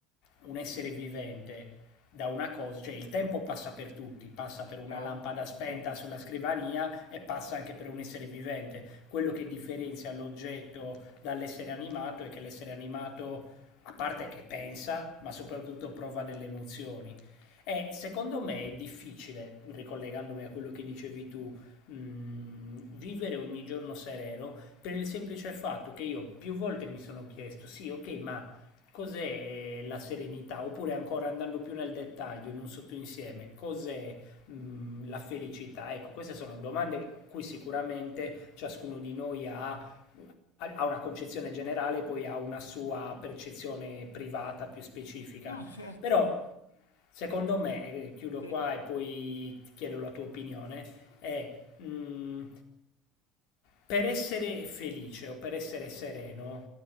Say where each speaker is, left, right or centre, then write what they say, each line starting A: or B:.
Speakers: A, on the left (about 60°); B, on the left (about 85°).
A: un essere vivente da una cosa, cioè il tempo passa per tutti, passa
B: no,
A: per una
B: chiaro,
A: lampada spenta
B: certo.
A: sulla scrivania e passa anche per un essere vivente. Quello che differenzia l'oggetto dall'essere animato è che l'essere animato, a parte che pensa, ma soprattutto prova delle emozioni. E secondo me è difficile, ricollegandomi a quello che dicevi tu, mh, vivere ogni giorno sereno per il semplice fatto che io più volte mi sono chiesto, sì, ok, ma cos'è eh, la serenità? Oppure ancora andando più nel dettaglio, in un sottoinsieme, cos'è mh, la felicità? Ecco, queste sono domande a cui sicuramente ciascuno di noi ha ha una concezione generale, poi ha una sua percezione privata più specifica.
B: No, certo,
A: Però secondo me, e chiudo
B: sì,
A: qua e poi ti chiedo la tua opinione, è mh, per essere felice o per essere sereno,